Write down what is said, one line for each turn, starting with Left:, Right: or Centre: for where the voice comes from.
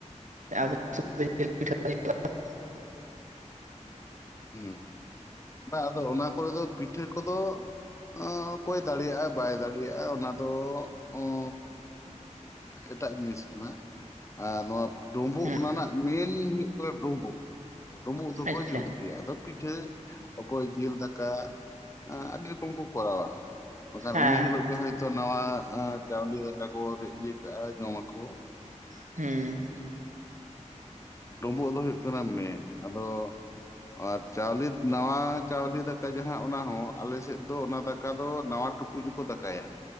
Right: ᱟᱵᱚ <unintelligible>
Left: ᱦᱩᱸ, ᱵᱟ ᱟᱫᱚ ᱚᱱᱟ ᱠᱚᱨᱮ ᱫᱚ ᱯᱤᱴᱷᱟᱹ ᱠᱚᱫᱚ ᱚᱸᱻ ᱚᱠᱚᱭ ᱫᱟᱲᱮᱭᱟᱜ-ᱟ ᱵᱟᱭ ᱫᱟᱲᱮᱭᱟᱜ-ᱟ ᱚᱱᱟ ᱫᱚ ᱚᱸᱻ ᱮᱴᱟᱜ ᱡᱤᱱᱤᱥ ᱠᱟᱱᱟ ᱾ ᱟᱨ ᱱᱚᱣᱟ ᱰᱩᱸᱵᱩᱜ
Right: ᱦᱩᱸ
Left: ᱚᱱᱟ ᱨᱮᱱᱟᱜ ᱢᱮᱱ ᱦᱩᱭᱩᱜ ᱠᱟᱱᱟ ᱰᱩᱸᱵᱩ ᱰᱩᱸᱵᱩ ᱫᱚᱠᱚ
Right: ᱟᱪᱪᱷᱟ
Left: ᱡᱩᱛ ᱜᱮᱭᱟ, ᱟᱫᱚ ᱯᱤᱴᱷᱟᱹ ᱚᱠᱚᱭ ᱡᱤᱞ ᱫᱟᱠᱟ, ᱟᱸ ᱟᱹᱰᱤ ᱨᱚᱠᱚᱢ ᱠᱚ ᱠᱚᱨᱟᱣᱟ ᱾ ᱵᱟᱠᱷᱟᱱ
Right: ᱦᱮᱸ
Left: ᱩᱱ ᱦᱤᱞᱳᱜ ᱜᱮ ᱦᱳᱭᱛᱳ ᱱᱟᱣᱟ ᱪᱟᱣᱞᱮ ᱫᱟᱠᱟ ᱠᱚ ᱤᱭᱟᱹ ᱠᱟᱜ-ᱟ, ᱡᱚᱢᱟᱠᱚ ᱾
Right: ᱦᱩᱸ ᱾
Left: ᱰᱩᱢᱵᱩᱜ ᱫᱚ ᱦᱩᱭᱩᱜ ᱠᱟᱱᱟ ᱢᱮᱱ, ᱟᱫᱚ ᱟᱨ ᱪᱟᱣᱞᱮ ᱱᱟᱣᱟ ᱪᱟᱣᱞᱮ ᱫᱟᱠᱟ ᱡᱟᱦᱟᱸ ᱚᱱᱟ ᱦᱚᱸ ᱟᱞᱮᱥᱮᱫ ᱫᱚ ᱚᱱᱟ ᱫᱟᱠ ᱚᱠᱟ ᱫᱚ ᱱᱟᱣᱟ ᱴᱩᱠᱩᱡ ᱨᱮᱠᱚ ᱫᱟᱠᱟᱭᱟ ᱾